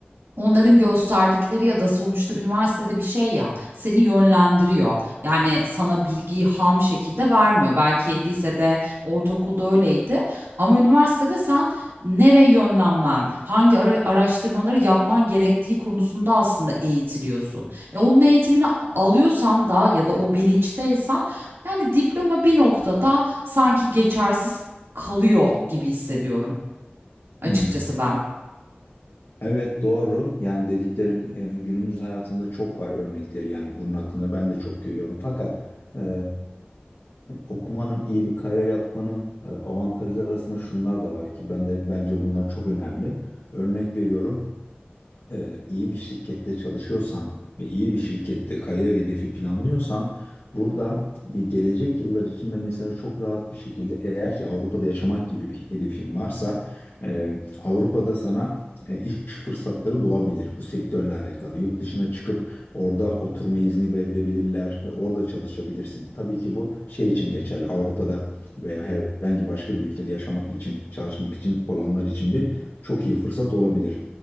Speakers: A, on the right (about 80°); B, on the left (about 75°).
A: onların gösterdikleri ya da sonuçta üniversitede bir şey ya seni yönlendiriyor. Yani sana bilgiyi ham şekilde vermiyor. Belki lisede, ortaokulda öyleydi ama üniversitede sen nereye yönlenmen, hangi ara- araştırmaları yapman gerektiği konusunda aslında eğitiliyorsun. E onun eğitimini a- alıyorsan da ya da o bilinçteysen yani diploma bir noktada sanki geçersiz kalıyor gibi hissediyorum açıkçası
B: Hmm.
A: ben.
B: Evet doğru. Yani dediklerin e, günümüz hayatında çok var örnekleri yani bunun hakkında ben de çok görüyorum. Fakat e, okumanın iyi bir kariyer yapmanın e, avantajları arasında şunlar da var ki ben de bence bunlar çok önemli. Örnek veriyorum e, iyi bir şirkette çalışıyorsan ve iyi bir şirkette kariyer hedefi planlıyorsan burada e, gelecek yıllar içinde mesela çok rahat bir şekilde eğer ki Avrupa'da yaşamak gibi bir hedefin varsa e, Avrupa'da sana e, iş fırsatları doğabilir bu sektörle alakalı. Yurt dışına çıkıp orada oturma izni verebilirler ve orada çalışabilirsin. Tabii ki bu şey için geçerli. Avrupa'da veya herhangi başka bir ülkede yaşamak için, çalışmak için olanlar için bir çok iyi fırsat olabilir.